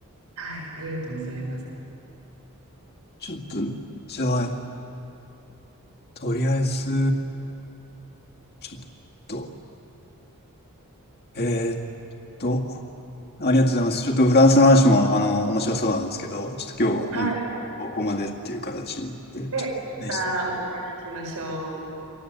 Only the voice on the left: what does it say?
ちょっと、じゃあ、とりあえず、ちょっと、えーっと、ありがとうございます。ちょっとフランスの話も、あの、面白そうなんですけど、ちょっと今日は今、
ここまでっていう形で、
ちょっと、
でした。